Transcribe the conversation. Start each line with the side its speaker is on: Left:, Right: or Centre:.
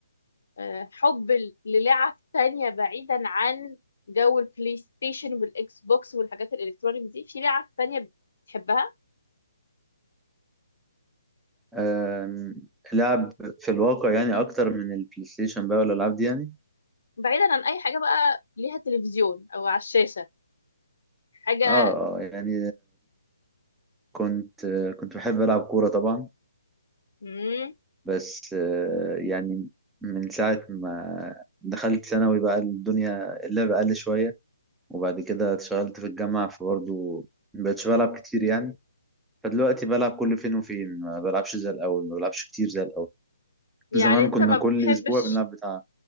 Left: آه، حب ل- للعب تانية بعيدا عن جو البلاي ستيشن والاكس بوكس والحاجات الالكترونيك دي في لعب تانية بتحبها
Centre: آه لعب في الواقع يعني أكتر من البلاي ستيشن بقى والألعاب دي يعني
Left: بعيدا عن اي حاجه بقى ليها تلفزيون او على الشاشه حاجه
Centre: اه اه يعني كنت كنت بحب ألعب كورة طبعا
Left: مم،
Centre: بس آه، يعني من ساعة ما دخلت ثانوي بقى الدنيا اللعب قل شوية وبعد كده اتشغلت في الجامعة فبرضه مبقتش بلعب كتير يعني فدلوقتي بلعب كل فين وفين ما بلعبش زي الأول ما بلعبش كتير زي الأول
Left: يعني
Centre: زمان
Left: انت
Centre: كنا
Left: ما
Centre: كل
Left: بتحبش
Centre: أسبوع بنلعب بتاع